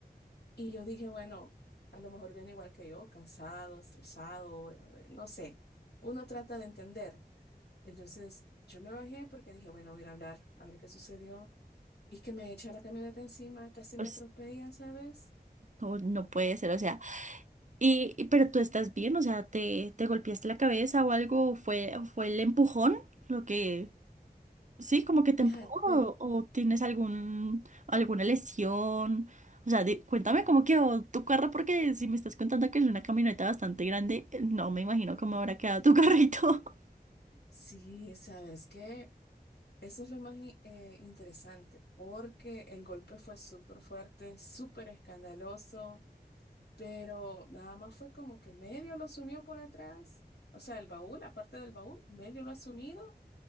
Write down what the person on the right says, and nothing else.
O
no, no puede ser, o sea. Y, y- pero tú estás bien, o sea, ¿te, te golpeaste la cabeza o algo? ¿Fue, fue el empujón lo que Sí, como que te
empujó o, o tienes algún, alguna lesión. O sea, di- cuéntame cómo quedó tu carro, porque si me estás contando que es una camioneta bastante grande, eh, no me imagino cómo habrá quedado tu carrito. <laughs>